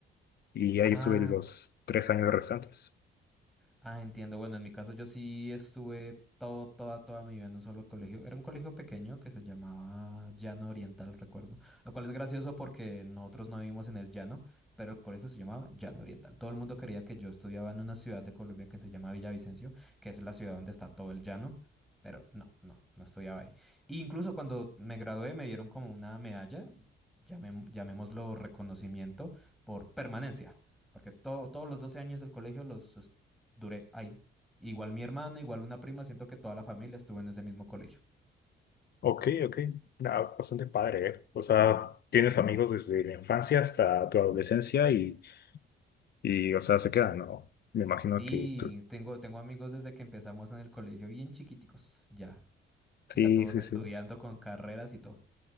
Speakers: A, on the left; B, in the centre.
A: y ahí
B: Ah,
A: estuve los tres años restantes.
B: Ah, entiendo. Bueno, en mi caso yo sí estuve todo, toda, toda mi vida en un solo colegio. Era un colegio pequeño que se llamaba Llano Oriental, recuerdo. Lo cual es gracioso porque nosotros no vivimos en el llano, pero el colegio se llamaba Llano Oriental. Todo el mundo quería que yo estudiaba en una ciudad de Colombia que se llama Villavicencio, que es la ciudad donde está todo el llano. Pero no, no, no estudiaba ahí. E incluso cuando me gradué me dieron como una medalla, llamem- llamémoslo reconocimiento por permanencia porque to- todos los 12 años del colegio los, duré ahí. Igual mi hermano, igual una prima, siento que toda la familia estuvo en ese mismo colegio.
A: Ok, ok. Ah, bastante padre, ¿eh? O sea, tienes amigos desde la infancia hasta tu adolescencia y, y o sea, se quedan, ¿no? Me imagino
B: Sí,
A: que tú.
B: tengo, tengo amigos desde que empezamos en el colegio bien chiquiticos, ya,
A: Sí,
B: ya todos
A: sí,
B: estudiando
A: sí.
B: con carreras y todo.